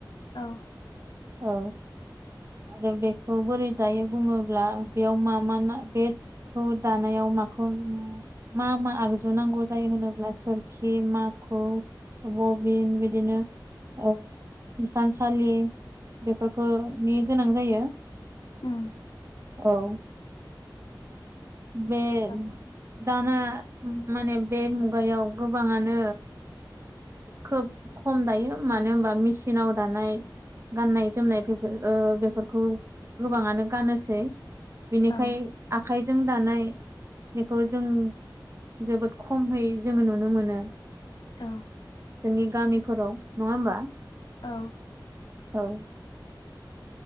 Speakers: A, on the left; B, on the right.
A: औ
B: औ आरो बे बोरै दायो बुङोब्ला बेयाव मा मा बेखौ दानायाव माखौ- मा मा आगजु नांगौ जायो होनोब्ला सोर खि, माखु, बबिन बिदिनो ओ हिसानसालि बेफोरखौनि गोनां जायो।
A: उम
B: औ बे
A: औ
B: दाना माने बे मुगायाव गोबाङानो खोब खम दायो मानो होनबा मेचिनाव दानाय गाननाय जोमनाय बेफोर ओ बेफोरखौ गोबाङानो गानोसै बिनिखाय
A: औ
B: आखाइजों दानाय बेखौ जों जोबोद खमहै जोङो नुनो मोनो।
A: औ
B: जोंनि गामिफोराव नङा होमबा?
A: औ
B: औ